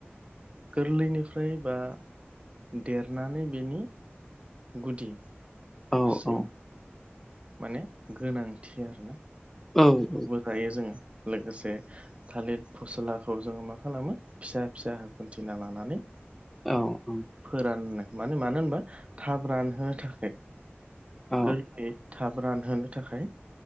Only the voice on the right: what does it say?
गोरलैनिफ्राय बा देरनानै बेनि गुदिसिम
माने गोनांथि आरोना
हायो जोङो लोगोसे थालिर फस्लाखौ जोङो मा खालामो फिसा फिसा हो खन्थिना लानानै
फोराननो माने मानो होनबा थाब रानहोनो थाखाय
गोरलैयै थाब रानहोनो थाखाय